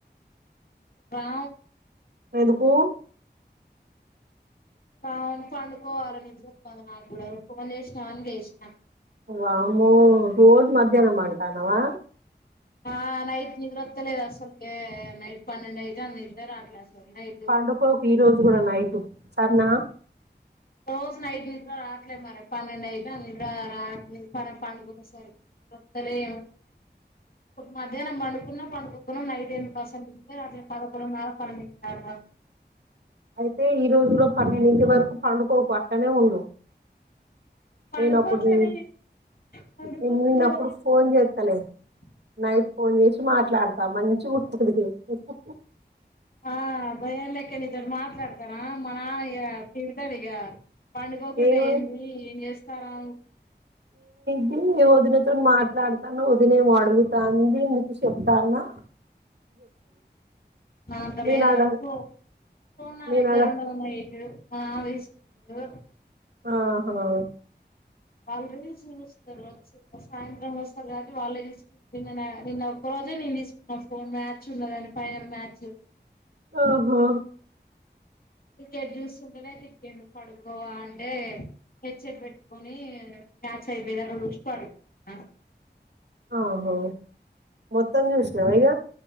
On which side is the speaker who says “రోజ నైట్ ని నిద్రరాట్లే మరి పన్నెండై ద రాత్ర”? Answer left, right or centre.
Left